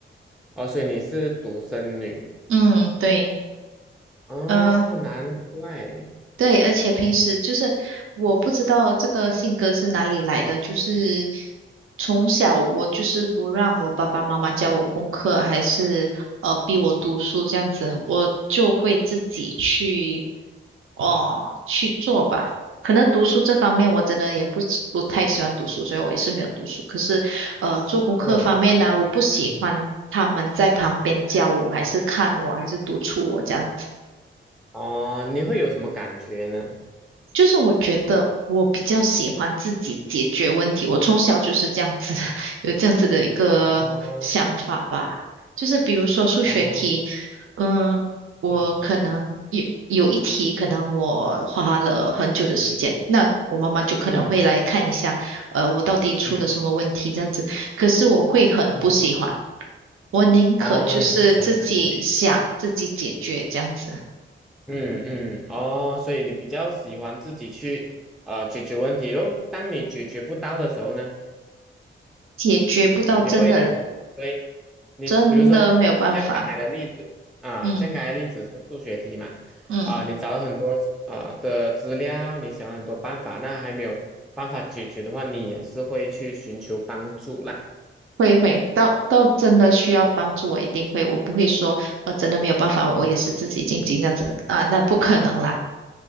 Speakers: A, in the centre; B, on the right.
A: 哦，所以你是独生女。
B: 嗯，对，
A: 哦，
B: 嗯、
A: 难怪。
B: 对，而且平时就是我不知道这个性格是哪里来的，就是从小我就是不让我爸爸妈妈教我功课，还是呃逼我读书这样子，我就会自己去哦、去做吧。可能读书这方面我真的也不是不太喜欢读书，所以我也是没有读书。可是呃做功课方面呢、
A: 嗯，
B: 我不喜欢他们在旁边教我，还是看我，还是督促我这样
A: 哦，你会有什么感觉呢？
B: 就是我觉得我比较喜欢自己解决问题，我从小就是这样子的，<laughs> 有这样子的一个想法吧。
A: 哦，
B: 就是比如说数学题，
A: 哦，
B: 嗯，我可能有有一题，
A: 嗯
B: 可能我花了很久的时间，那我妈妈就可能会来看一下，
A: 嗯
B: 呃，我到底出了什么问题这样子。
A: 嗯
B: 可是我会很不喜欢，
A: 嗯，
B: 我宁可就是自己想，
A: 哦，你不喜欢那个。
B: 自己解决这样子，
A: 嗯嗯，哦，所以你比较喜欢自己去呃解决问题，然后当你解决不到的时候呢，
B: 解决不到真的
A: 你会对你比如说
B: 真的没有办法。
A: 像刚才的例子啊，
B: 嗯
A: 像刚才的例子是数学题嘛，
B: 嗯，
A: 啊，你找了很多啊、的资料，你想了很多办法，那还没有办法解决的话，你也是会去寻求帮助啦。
B: 会会，到到真的需要帮助，我一定会，我不会说，呃，真的没有办法，我也是自己静静这样子啊，那不可能啦。